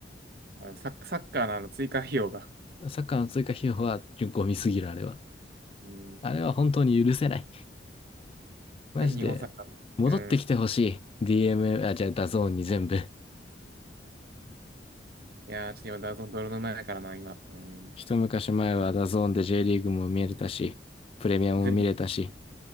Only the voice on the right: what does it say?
まあ、サッ、サッカーのあの追加費用が。
うん。
はい、日本サッカーだ。
うん。
いやー、ちょっと今、ダゾーン泥沼やからな、今。うん。
全部。